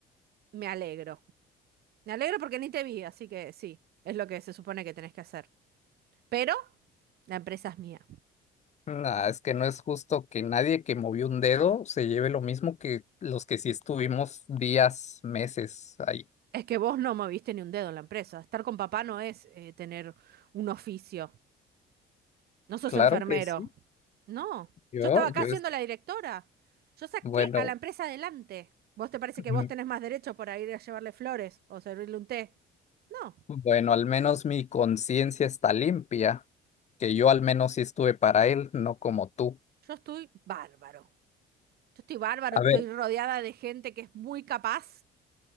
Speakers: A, on the right; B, on the left.
A: me alegro. Me alegro porque ni te vi, así que sí, es lo que se supone que tenés que hacer. Pero la empresa es mía.
B: Nah, es que no es justo que nadie que movió un dedo se lleve lo mismo que los que sí estuvimos días, meses ahí.
A: Es que vos no moviste ni un dedo en la empresa. Estar con papá no es eh, tener un oficio. No sos
B: Claro
A: enfermero.
B: que sí.
A: No,
B: Yo,
A: yo estaba acá
B: yo
A: siendo
B: es,
A: la directora. Yo saqué
B: bueno,
A: a la empresa adelante. ¿Vos te parece que
B: mm,
A: vos tenés más derecho por ir a llevarle flores o servirle un té? No,
B: bueno, al menos mi conciencia está limpia, que yo al menos sí estuve para él, no como tú.
A: yo estoy bárbaro. Yo estoy bárbaro,
B: A
A: estoy
B: ver,
A: rodeada de gente que es muy capaz.